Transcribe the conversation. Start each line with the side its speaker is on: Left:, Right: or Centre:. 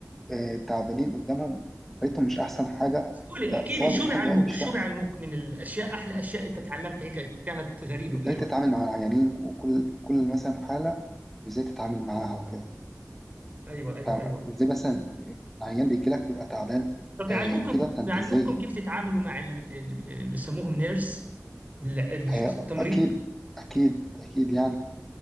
Centre: آه، تعبانين قدامهم حياتهم مش أحسن حاجة
Right: قولي
Centre: فصعب
Right: احكي لي شو
Centre: إن حد
Right: بيعلموك
Centre: يقعد يشرح
Right: شو بيعلموك
Centre: لك
Right: من الأشياء أحلى أشياء أنت تعلمتها هيك كانت غريبة
Centre: إزاي
Right: وحلوة
Centre: تتعامل مع العيانين وكل كل مثلا حالة إزاي تتعامل معاها وكده
Right: أيوة أيوة
Centre: فإزاي
Right: أيوة
Centre: مثلا عيان بيجي لك بيبقى تعبان
Right: طب بيعلموكم
Centre: آه وكده فأنت
Right: بيعلموكم
Centre: إزاي
Right: كيف تتعاملوا مع ال... ال- بيسموهم نيرس ال... ال... شو
Centre: آه
Right: بس... التمريض
Centre: أكيد أكيد أكيد يعني